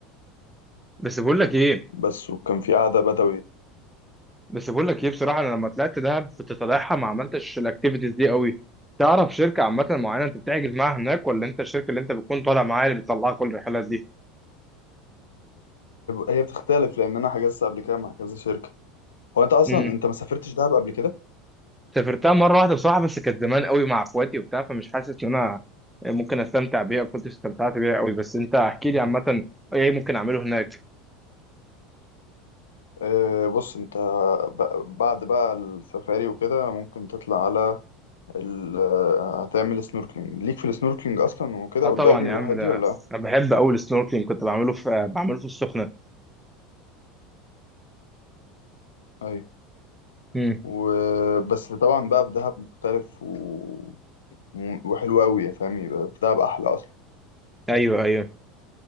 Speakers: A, in the centre; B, on the left (about 80°).
A: بس بقول لك ايه
B: بس وكان في قعده بدوي
A: بس بقول لك ايه بصراحه انا لما طلعت دهب كنت طالعها ما عملتش الاكتيفيتيز دي قوي تعرف شركه عامه معينه انت بتحجز معاها هناك ولا انت الشركه اللي انت بتكون طالع معاها اللي بتطلعها كل الرحلات
B: هي بتختلف لان انا حجزت قبل كده مع كذا شركه هو انت اصلا
A: دي
B: انت ما سافرتش دهب قبل كده
A: سافرتها مرة واحدة بصراحة بس كانت زمان قوي مع اخواتي وبتاع فمش حاسس ان انا ممكن استمتع بيها كنت استمتعت بيها قوي بس انت احكي لي عامة ايه ممكن اعمله هناك
B: أه بص انت ب- بعد بقى السفاري وكده ممكن تطلع على ال آه، هتعمل سنوركلينج ليك في السنوركلينج اصلا وكده
A: اه
B: والدايفنج
A: طبعا يا عم
B: والحاجات
A: ده
B: دي ولا لأ؟
A: انا بحب قوي السنوركلينج كنت بعمله في بعمله في السخنة
B: ايوه
A: امم
B: وبس طبعا بقى في دهب مختلف و... وحلو قوي يعني، فاهم يبقى في دهب احلى اصلا
A: ايوه ايوه